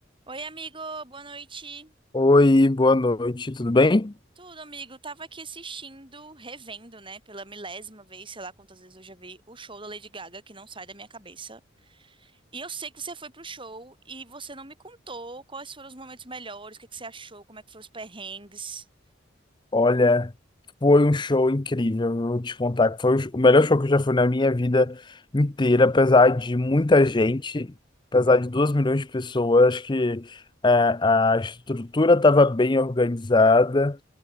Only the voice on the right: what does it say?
Oi, amigo, boa noite.
Tudo, amigo? Tava aqui assistindo, revendo, né, pela milésima vez, sei lá quantas vezes eu já vi o show da Lady Gaga, que não sai da minha cabeça. E eu sei que você foi pro show e você não me contou quais foram os momentos melhores, o que que você achou, como é que foram os perrengues.